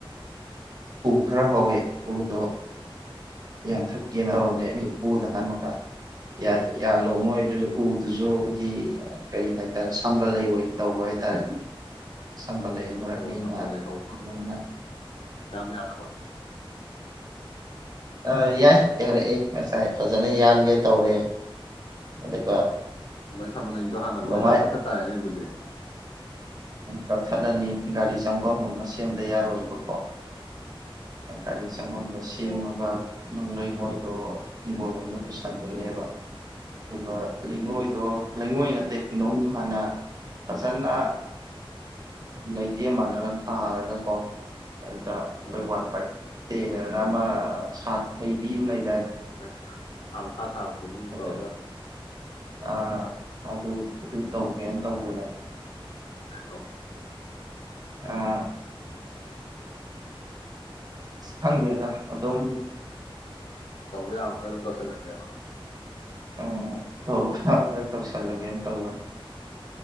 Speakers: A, on the right; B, on the left.
A: ꯎꯕ ꯈꯔ ꯍꯧꯋꯦ ꯎꯗꯣ ꯌꯥ ꯊꯛꯀꯦꯅ ꯇꯧꯕꯅꯦ ꯎꯗ ꯍꯥꯟꯕ ꯈ ꯌꯥꯏ ꯌꯥꯜꯂꯣ ꯃꯣꯏꯁꯨ ꯎꯗꯨꯁꯨ ꯑꯩꯈꯣꯏꯒꯤ ꯀꯔꯤ ꯍꯥꯏꯇꯥꯔꯦ ꯁꯝꯕꯜ ꯂꯩ ꯑꯣꯏꯅ ꯇꯧꯕ ꯍꯥꯏꯇꯥꯔꯦ ꯁꯝꯕꯜ ꯂꯩꯐ ꯑꯩ ꯃꯔꯛꯅꯦꯅ
B: ꯑꯣ ꯁꯝꯕꯜ ꯂꯩ ꯍꯧꯕ
A: ꯑꯗꯨꯃꯥꯏꯅ
B: ꯌꯥꯝ ꯌꯥꯗꯕ
A: ꯑ ꯌꯥꯏ ꯌꯥꯔꯛꯑꯦ ꯉꯁꯥꯏ ꯐꯖꯅ ꯌꯥꯟꯒꯦ ꯇꯧꯔꯦ ꯑꯗꯨꯒ
B: ꯅ ꯅꯪ ꯁꯃꯜꯂꯒꯤꯗꯣ ꯍꯥꯟꯅ
A: ꯑꯗꯨꯃꯥꯏ
B: ꯂꯣꯏꯅ ꯀꯛꯊꯠ ꯇꯥꯔꯦꯅꯦ ꯑꯗꯨꯗꯤ
A: ꯀꯛꯊꯠꯂꯅꯤ ꯒꯥꯔꯤ ꯆꯪꯕꯝ ꯑꯃ ꯑꯃ ꯁꯦꯝꯗ ꯌꯥꯔꯣꯏꯕꯀꯣꯒꯥꯔꯤ ꯆꯗꯁ
B: ꯑꯣ
A: ꯃꯒ ꯅꯨꯡ ꯂꯩꯉꯣꯏꯗꯣ ꯍꯤꯡꯒꯣꯜꯂꯣꯝꯗ ꯄꯨꯁꯟꯗꯣꯏꯅꯦꯕ ꯑꯗꯨꯒ ꯂꯩꯉꯣꯏꯗꯣ ꯂꯩꯉꯣꯏ ꯅꯠꯇꯦ ꯅꯨꯡ ꯍꯥꯟꯅ ꯐꯖꯅ ꯂꯩꯇꯦꯝ ꯃꯥꯟꯅꯔꯒ ꯊꯥꯔꯒꯀꯣ ꯑꯗꯨꯗ ꯑꯩꯈꯣꯏ
B: ꯑꯥ
A: ꯋꯥꯟ ꯐꯥꯏꯚ ꯦꯡꯅ ꯑꯃ ꯁꯥ ꯍꯩꯕꯤ ꯂꯩ
B: ꯍꯣꯏ ꯊꯥ ꯃꯈꯥ ꯊꯥꯕꯗꯣ ꯑꯗꯨꯝ
A: ꯑꯗꯨ
B: ꯇꯧꯔꯒ
A: ꯑꯥ ꯑꯗꯨ ꯑꯗꯨ ꯇꯧꯒꯦꯅ ꯇꯧꯕꯅꯦ
B: ꯑꯣ
A: ꯑꯥ ꯍꯪꯦ ꯑꯗ ꯑꯗꯣꯝ
B: ꯇꯧ ꯌꯥꯝꯃꯒ ꯑꯗꯨꯝ ꯇꯧꯁꯜꯂꯛꯒꯦ
A: ꯎꯝ ꯇꯧ ꯈꯔ ꯇꯧꯁꯜꯂꯒꯦꯅ ꯇꯧꯕꯅꯤ